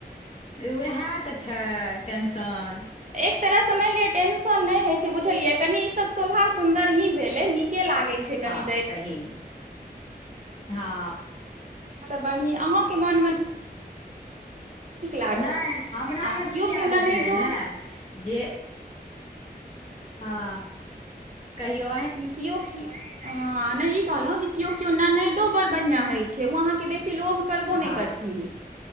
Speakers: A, on the left (about 35°); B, on the right (about 50°).
A: उएह तऽ छै। टेंशन
B: एक तरहसँ मानि लिअ टेंशन नहि होइ छै? बुझलिये कनी ई सब शोभा सुंदर ही भेले निके लागे छै।
A: हँ
B: <unintelligible> तब
A: सहीमे हँ
B: बढ़िए आहाके मन में लागत
A: नहि हमरामे
B: आ केओ
A: की
B: केओ
A: आदत
B: ननैदो
A: ये ने जे हँ कहियो
B: कियो की ह नहि कहलहुँ जे केओ केओ ननैदो बड़ बढ़ियां हो छै ओ अहाँके बेसी लोभ करबो ने
A: हँ
B: करथिन,